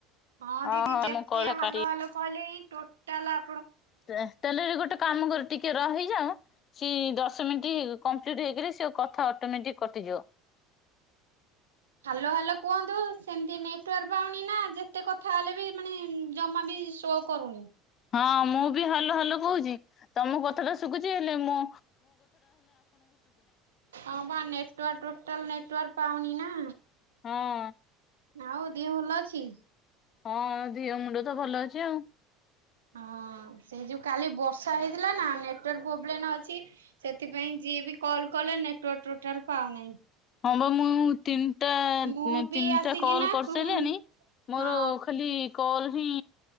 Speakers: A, on the right; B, on the left.
A: ହଁ ଦିଦି
B: ଓହୋ
A: ଯେତେ
B: ମୁଁ କଲ୍
A: ହାଲୋ
B: କାଟି
A: ହାଲୋ କହିଲେଇ ଟୋଟାଲା
B: ତାହେଲେ ଗୋଟେ କାମ କର ଟି ଟିକେ ରହିଯା ସି ଦଶ ମିନିଟ୍ କମ୍ପ୍ଲିଟ ହେଇକରି ସେ କଥା ଅଟୋମେଟିକ କଟିଯିବ।
A: ହ୍ୟାଲୋ ହ୍ୟାଲୋ କୁହନ୍ତୁ ସେମିତି ନେଟୱାର୍କ ପାଉନି ନା ଯେତେ କଥା ହେଲେ ବି ମାନେ ଜମା ବି ଶୋ କରୁନି।
B: ହଁ ମୁଁ ବି ହାଲୋ ହାଲୋ କହୁଛି ତମ କଥାଟା ଶୁଭୁଛି ହେଲେ ମୁଁ
A: ହଁ ବା ନେଟୱର୍କ ଟୋଟାଲ ନେଟୱର୍କ ପାଉନି ନା
B: ହଁ
A: ଆଉ ଦେହ ଭଲ ଅଛି?
B: ହଁ ଦିଅ ମୁଣ୍ଡ ତ ଭଲ ଅଛି ଆଉ
A: ହଁ ସେଇ ଯୋଉ କାଲି ବର୍ଷା ହେଇଥିଲା ନା ନେଟୱାର୍କ ପ୍ରୋବ୍ଲେମ୍ ଅଛି ସେଥିପାଇଁ ଯିଏ ବି କଲ୍ କଲେ ନେଟୱାର୍କ ଟୋଟାଲ ପାଉନାହିଁ।
B: ହଁ ବା ମୁଁ ତିନି ଟା
A: ମୁଁ ବି
B: ତିନିଟା
A: ଆସିକିନା
B: କଲ୍ କରିସାରିଲଣି
A: କୁ
B: ମୋର
A: ହଁ
B: ଖାଲି କଲ ହିଁ